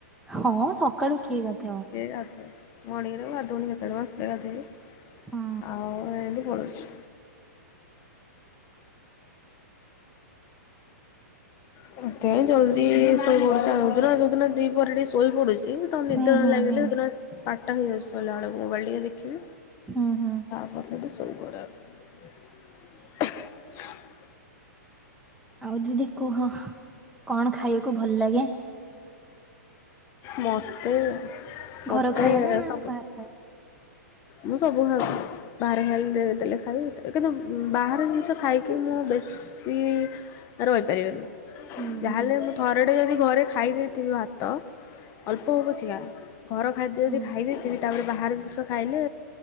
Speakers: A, in the centre; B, on the left.
A: ହଁ ସକାଳୁ କିଏ ଗାଧେଇବ।
B: କିଏ ଗାଧଉଛି, ମର୍ଣ୍ଣିଂରେ ମୁଁ ଗାଧଉନି କେତେବେଳେ ମୁଁ ଆସିଲେ ଗାଧୋଇବି
A: ହଁ
B: ଆଉ ଏନ୍ତି ପଳଉଛି। ସେଥିପାଇଁ ଜଲ୍ଦି ଶୋଇପଡୁଛି ଆଉ, ଦିନ ଯୋଉଦିନ ଦ୍ଵିପହରେ ଟିକେ ଶୋ ଶୋଇପଡୁଛି, ତ ନିଦ
A: ହୁଁ
B: ନ
A: ହୁଁ
B: ଲାଗିଲେ
A: ହୁଁ।
B: ସେଦିନ ବାରଟା ହେଇଯାଉଛି ଶୋଇଲା ବେଳକୁ ମୋବାଇଲ୍ ଟିକେ ଦେଖିବି।
A: ହୁଁ ହୁଁ।
B: ତାପରେ ହେଠୁ ଶୋଇପଡ଼େ ଆଉ। <unintelligible>
A: ଆଉ ଦିଦି କୁହ କଣ, ଖାଇବାକୁ ଭଲ ଲାଗେ?
B: ମୋତେ, ମୋତେ
A: ଘର ଖାଇବା ନା
B: ସବୁ
A: ବାହାର ଖାଇବା?
B: ମୁଁ ସବୁ ଖଉଚି। ବାହାରେ ହେଲେ, ଦେଲେ ଖାଇ କିନ୍ତୁ ବାହାର ଜିନିଷ ଖାଇକି ମୁଁ ବେଶୀ ରହିପାରିବନି
A: ହୁଁ
B: ଯାହାହେଲେ
A: ହୁଁ।
B: ବି ଥରେଟେ ଯଦି ଘରେ ଖାଇ ଦେଇେଥିବି ଭାତ ଅଳ୍ପ ହୋଉ ପାଛିକା, ଘର ଖାଦ୍ୟ ଯଦି
A: ହୁଁ
B: ଖାଇ ଦେଇଥିବି ତାପରେ,। ବାହାର ଜିନିଷ ଖାଇଲେ